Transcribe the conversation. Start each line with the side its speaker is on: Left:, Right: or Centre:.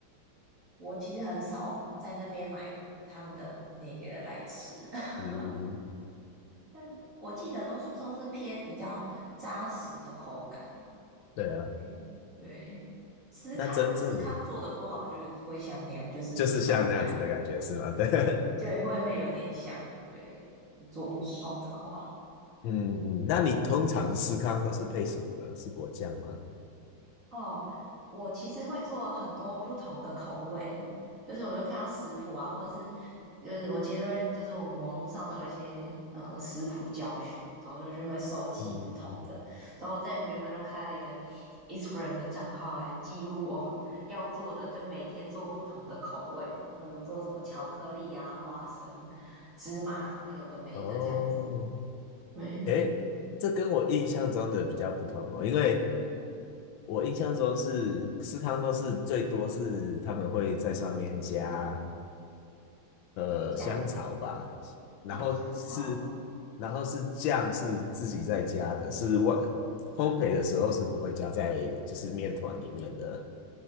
Right: 我其实很少在那边买他们的那个来吃，<laughs>
Left: 嗯，
Right: 但我记得都是都是偏比较扎实的口感。
Left: 对啊，
Right: 对，对司康司康做的不好，
Left: 那真正的
Right: 就是会像那样，就是蛮干的，
Left: 就是像那样子的感觉是吗？<laughs> 对。
Right: 就会会有点像，对，做不好的话。
Left: 嗯嗯，那你通常司康都是配什么呢？是果酱吗？
Right: 哦，我其实会做很多不同的口味，就是我就看到食谱啊，或者是就是我其实会就是我们网络上都有一些呃食谱教学，然后就就会收集不同的。
Left: 嗯，
Right: 然后我在原本就开了一个 Instagram 的账号来记录我 <laughs> 要做的，就每天做不同的口味，然后有做什么巧克力啊、花生、芝麻什么有的没的这样子。
Left: 哦，
Right: 对，
Left: 诶，这跟我印象中的比较不同哦，因为我印象中是司康都是最多是他们会在上面加呃香草吧，
Right: 酱
Left: 然后是然后是酱是自己在加的，
Right: 哦，香草。
Left: 是外烘焙的时候是不会加在就是面团里面的，